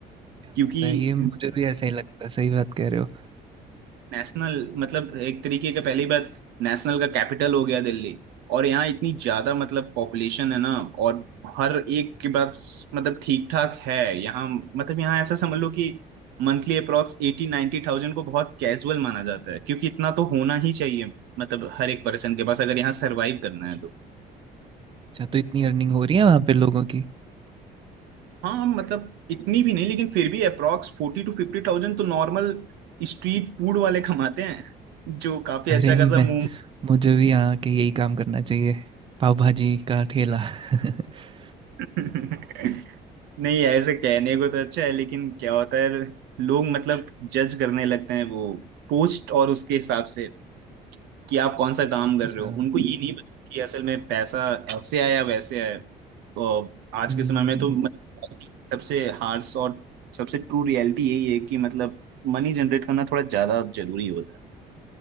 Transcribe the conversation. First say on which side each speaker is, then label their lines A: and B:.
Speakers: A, on the right; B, on the right.
A: क्या
B: क्योंकि
A: बात है ये मुझे भी ऐसा ही लगता है सही बात कह रहे हो
B: नेशनल मतलब एक तरीके का पहली बात नेशनल का कैपिटल हो गया दिल्ली और यहाँ इतनी ज्यादा मतलब पॉपुलेशन है ना और हर एक के पास मतलब ठीक ठाक है यहाँ मतलब यहाँ ऐसा समझ लो कि मंथली अप्रोक्स एटी नाइनटी थाउजेंड को बहुत कैजुअल माना जाता है क्योंकि इतना तो होना ही चाहिए मतलब हर एक पर्सन के पास अगर यहाँ सरवाइव करना है तो
A: अच्छा तो इतनी अर्निंग हो रही है वहाँ पे लोगों की
B: हाँ मतलब इतनी भी नहीं लेकिन फिर भी अप्रॉक्स फोर्टी टू फिफ्टी थाउजेंड तो नॉर्मल स्ट्रीट फूड वाले कमाते हैं जो काफी
A: अरे
B: अच्छा खासा
A: मैं
B: मुंह
A: मुझे भी यहाँ के यही काम करना चाहिए पाव भाजी का ठेला <laughs>
B: <laughs> नहीं ऐसे कहने को तो अच्छा है लेकिन क्या होता है लोग मतलब जज करने लगते हैं वो पोस्ट और उसके हिसाब से कि आप कौन सा काम
A: अच्छा
B: कर रहे हो उनको ये नहीं पता कि असल में पैसा ऐसे आया या वैसे आया तो आज
A: हम्म,
B: के समय में तो मतलब सबसे हार्श और सबसे ट्रू रियलिटी यही है कि मतलब मनी जनरेट करना थोड़ा ज्यादा जरूरी होता है